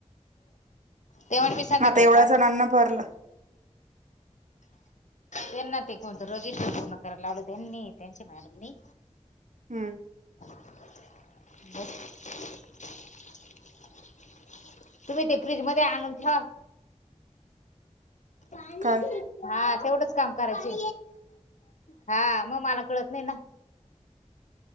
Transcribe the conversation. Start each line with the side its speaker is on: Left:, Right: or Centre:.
Left: ते म्हणे मी संध्याकाळी
Right: आता एवढ्या
Left: पाहते
Right: जणांन भरला.
Left: त्यांना ते कोणत रजिस्टर पूर्ण करायला लावलं त्यांनी त्यांच्या मॅडम नी
Right: हम्म
Left: <inaudible> तुम्ही ते फ्रीज मध्ये आणून ठेवा. पाणी
Right: काय
Left: घेतलं हा तेवढंच. काम कराचय हा मग मला कळत नाही ना.